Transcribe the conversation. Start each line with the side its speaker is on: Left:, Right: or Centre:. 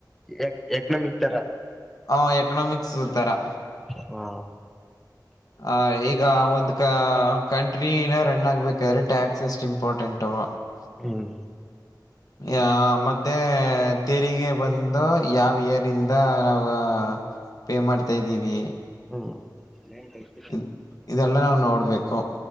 Centre: ಯಕ್ ಯಕ್ ಎಕ್ನಮಿಕ್ ತರ.
Left: ಹ ಎಕನಾಮಿಕ್ಸ್ ತರಾ.
Centre: ಹಾ..
Left: ಆ ಈಗ ಒಂದ್ ಕಂಟ್ರಿನ ರನ್ ಆಗ್ಬೇಕಾದ್ರೆ ಟ್ಯಾಕ್ಸ್ ಎಷ್ಟು ಇಂಪಾರ್ಟೆಂಟ್. <unintelligible>
Centre: ಹ್ಮ್..
Left: ಆ ಮತ್ತೆ ತೆರಿಗೆ ಬಂದು ಯಾವ ಏರಿಂದ ನಾವು. ಪೇ ಮಾಡ್ತಾ ಇದ್ದೀವಿ
Centre: ಹ್ಮ
Left: ಇ ಇದೆಲ್ಲ ನಾವು ನೋಡ್ಬೇಕು